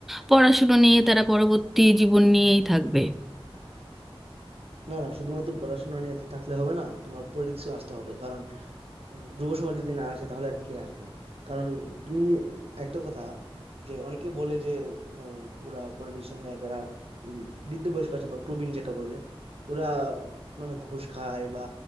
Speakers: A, in the centre; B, on the right (about 75°).
A: পড়াশুনো নিয়ে তারা পরবর্তী জীবন নিয়েই থাকবে
B: না না না শুধুমাত্র পড়াশোনা নিয়ে তো থাকলে হবে না তোমার পলিটিক্সও আসতে হবে কারণ উম, যুব সমাজ যদি না আসে তাহলে আর কে আসবে কারণ তুমি একটা কথা যে অনেকে বলে যে আহ, ওরা পলিটিশিয়ানরা যারা উম, বৃদ্ধ বয়স্ক আছে বা প্রবীণ যেটা বললে ওরা মানে ঘুষ খায় বা